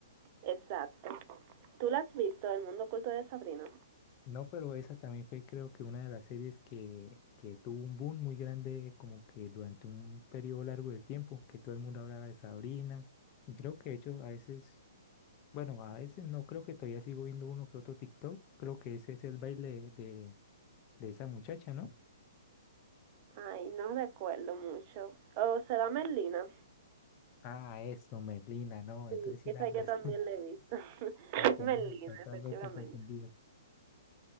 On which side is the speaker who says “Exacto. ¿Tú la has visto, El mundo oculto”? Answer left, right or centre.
Right